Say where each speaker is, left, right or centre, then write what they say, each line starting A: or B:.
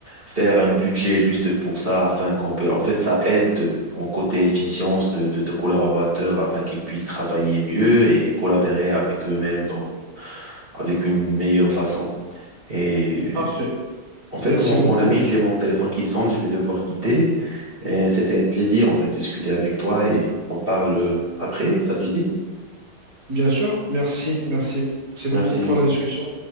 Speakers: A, on the right; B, on the right.
A: faire un budget juste pour ça afin qu'on peut en fait ça aide euh, en côté efficience de de tes collaborateurs afin qu'ils puissent travailler mieux et collaborer avec eux-mêmes dans avec une meilleure façon. Et
B: Parfait.
A: euh, en fait,
B: Merci
A: mon,
B: beaucoup.
A: mon ami, j'ai mon téléphone qui sonne, je vais devoir quitter. Et c'était un plaisir, en fait, de discuter avec toi et on parle euh, après, ça te dit?
B: Bien sûr, merci, merci. Merci
A: Merci.
B: beaucoup pour la discussion.